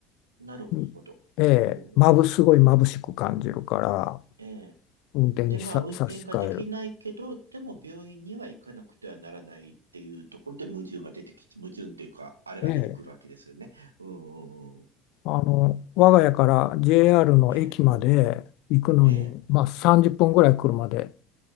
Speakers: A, on the right; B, on the left.
A: なるほど。
B: んええ、
A: おー
B: まぶすごい眩しく感じるから
A: ええ。
B: 運転にさ差し替える。
A: で、まあ、運転ができないけど、でも病院には行かなくてはならないっていうところで矛盾が出てき、矛盾っていうか、あれが出てくるわけですよね。
B: ええ、
A: うん
B: あの我が家から JR の駅まで行くのに、
A: ええ、ええ。
B: まあ、30分ぐらい車で